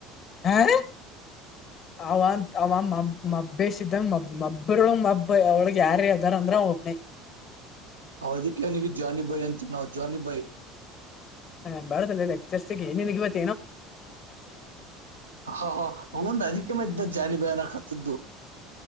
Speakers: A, on the left; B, on the right.
A: ಹ ಅವ ಆ ಮಬ್ಬೆಶಿತಂಗ್ ಮಬ್ಬರೊಳಗ್ ಮಬ್ಬ ಅವಳಗ್ ಯಾರ್ ಅದಾರ ಅಂದ್ರ ಒಬ್ನಿ.
B: ಅವದಿಕೆ ನಿಂಗೆ ಜಾನಿಬೈ ಅಂತ ನಾವು ಜಾನಿಬೈ.
A: ಹಾ <unintelligible>
B: ಹಾ ಹಾ ಹೌಂದ ಅದಕ್ಕೆ ಮತ್ ಇದ್ದ ಜಾನಿಬಯಾನಕತದ್ದು.